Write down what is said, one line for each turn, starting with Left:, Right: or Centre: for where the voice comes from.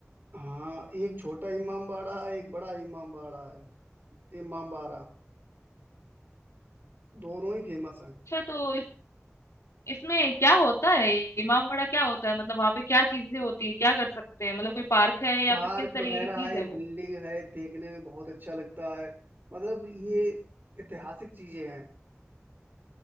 Right: हाँ एक छोटा इमामबाड़ा है एक बड़ा इमामबाड़ा है इमामबाड़ा दोनों ही फेमस हैं
Left: अच्छा तो इस इसमें क्या होता है इमामबाड़ा क्या होता है मतलब वहां पे क्या चीजें होती है क्या कर सकते हैं मतलब कोई पार्क है या
Right: पार्क
Left: फिर किस तरीके
Right: वगैरह
Left: की चीज
Right: है
Left: है वो
Right: बिल्डिंग है देखने में बहुत अच्छा लगता है मतलब ये ऐतिहासिक चीजें हैं